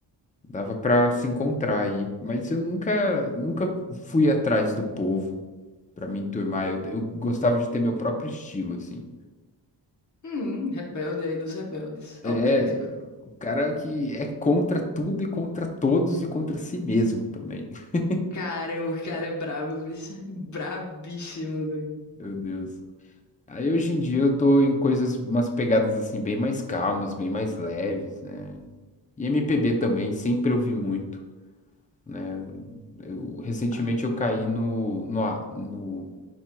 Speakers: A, on the left; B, on the left.
A: Dava pra se encontrar aí, mas eu nunca, nunca fui atrás do povo. Pra me enturmar. Eu, eu gostava de ter meu próprio estilo, assim.
B: Hum, rebelde aí dos rebeldes,
A: É,
B: autêntico.
A: o cara que é contra tudo e contra todos e contra si mesmo também. <laughs>
B: Caramba, o cara é brabo, isso. Brabíssimo, doido.
A: Meu Deus. Aí hoje em dia eu tô em coisas, umas pegadas assim, bem mais calmas, bem mais leves, né? E MPB também, sempre ouvi muito, né? Eu, recentemente
B: Ah,
A: eu caí no, no, A- no